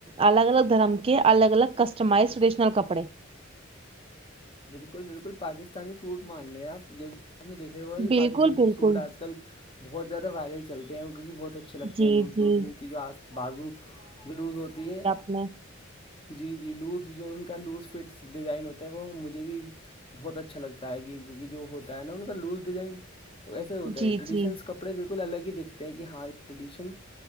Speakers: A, on the right (about 30°); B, on the left (about 25°).
A: الگ الگ دھرم کے الگ الگ کسٹمائز ٹریڈیشنل کپڑے
B: بالکل بالکل پاکستانی سوٹ مان لےیا جس د پھر وہ کہ
A: بالکل
B: پاکستانی
A: بالکل
B: سوٹ آج کل بہت زیادہ وائرل چلتے ہیں کیونکہ بہت اچھے لگتے
A: جی
B: ہیں لوز
A: جی
B: لوز کی جو آ بازو جلوس ہوتی ہے
A: نہیں
B: جی جی لوز جو ان کا لوز فٹس ڈیزائن ہوتا ہے وہ مجھے بھی بہت اچھا لگتا ہے کیک جو ہوتا ہے نا ان کا لوز ڈیزائن وسے ہوتا
A: جی
B: ہے ٹریڈیشن
A: جی
B: کا کپڑے بالکل الگ ہی دکھتے ہیں کہ ہاں یہ ٹریڈیشن